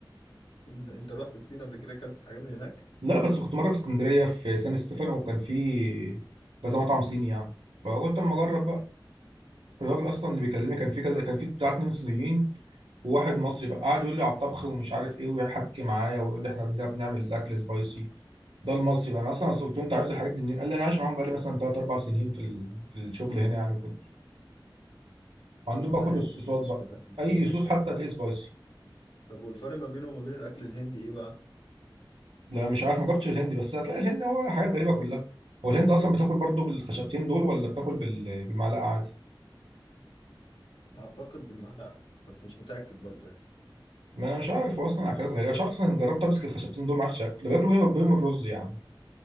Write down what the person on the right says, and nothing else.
لا بس كنت مره في اسكندريه في سان ستيفانو وكان في كذا مطعم صيني يعني فقلت اما اجرب بقى الراجل اصلا اللي بيكلمني كان في كذا كان في بتاع اتنين صينيين وواحد مصري بقى قعد يقول لي على الطبخ ومش عارف ايه ويحكي معايا ويقول لي احنا ده بنعمل الاكل سبايسي ده المصري بقى انا اصلا قلت له انت عرفت الحاجات دي منين؟ قال لي انا عايش معاهم بقى لي مثلا ثلاث اربع سنين في ال... في الشغل هنا يعني وكده وعندهم
بقى كل
الصوصات
بقى
اي
صوص
حتى هتلاقيه سبايسي
لا مش عارف ما جبتش الهندي بس هتلاقي الهند هو حاجات غريبة كلها هو الهند أصلا بتاكل برضو بالخشبتين دول ولا بتاكل بال... بالمعلقة عادي
ما أنا مش عارف هو أصلا أكلات غريبة مش عارف أصلا جربت أمسك الخشبتين دول ما عرفتش آكل ده بياكلوا بيهم بيهم الرز يعني